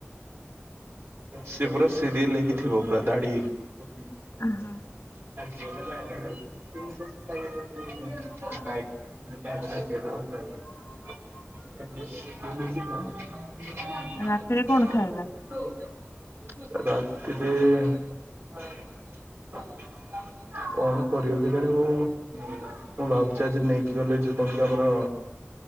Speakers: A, on the right; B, on the left.
A: ସେ ପୁରା ସିରିଏଲ ହେଇକି ଥିବ ପୁରା ଦାଡି଼ ହେଇକି।
B: ଅଁ, ହଁ।
A: <inaudible> <inaudible> <inaudible>
B: ରାତିରେ କଣ ଖାଇବା?
A: ରାତିରେ କଣ କରିବ କେଜାଣି ବୋଉ? ମୁଁ ଭାବୁଛି ଆଜି ନେଇକି ଗଲେ ଜୀବନ ଟି ଆମର